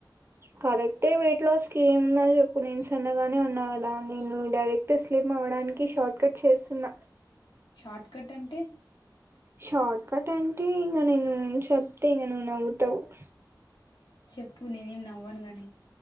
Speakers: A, on the right; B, on the left.
A: కరెక్టే వీటిలో స్కీమ్న చెప్పు నేను సన్నగానే ఉన్నా గదా నేను డైరెక్ట్ స్లిమ్ అవ్వడానికి షార్ట్ కట్ చేస్తున్నా
B: షార్ట్ కట్ అంటే
A: షర్ట్కట్ అం టే ఇంగ నేను చెప్తే ఇంకా నువు నవ్వుతవ్ <inaudible>
B: చెప్పు నేనేం నవ్వను గని